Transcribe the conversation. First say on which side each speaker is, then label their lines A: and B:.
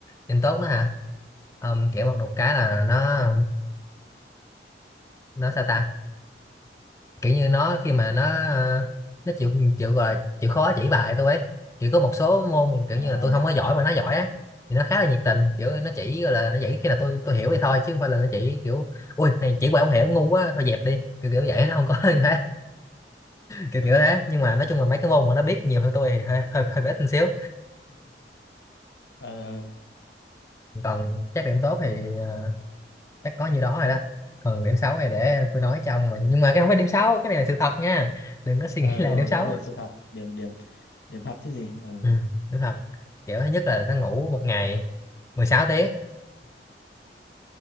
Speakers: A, on the left; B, on the left.
A: điểm tốt đó hả Ờ, kiểu một, một cái là nó nó sao ta kiểu như nó khi
B: Ừ.
A: mà nó ờ, nó chịu chịu gọi là chịu khó chỉ bài tôi ấy chỉ có một số môn kiểu
B: À.
A: như là tôi không có giỏi mà nó giỏi á thì nó khá là nhiệt tình kiểu nó chỉ gọi là nó chỉ khi nào tôi tôi hiểu thì thôi chứ không phải là nó chỉ kiểu ui này chỉ qua không hiểu ngu quá thôi dẹp đi kiểu kiểu vậy nó không có <laughs> như thế kiểu
B: <laughs>
A: kiểu
B: ờ
A: thế nhưng mà nói chung là mấy cái môn mà nó biết nhiều hơn tôi thì hơi hơi, hơi bé tí xíu
B: ờ
A: còn chắc điểm tốt thì ờ, chắc có như đó rồi đó còn điểm xấu này để tôi nói cho ông mà nhưng mà cái không phải điểm xấu cái này là sự thật nha đừng có suy
B: ờ
A: nghĩ là
B: đúng rồi
A: điểm xấu
B: nói về sự thật điểm điểm điểm thật chứ gì ờ
A: ừ, đúng thật kiểu thứ nhất là nó ngủ một ngày mười sáu tiếng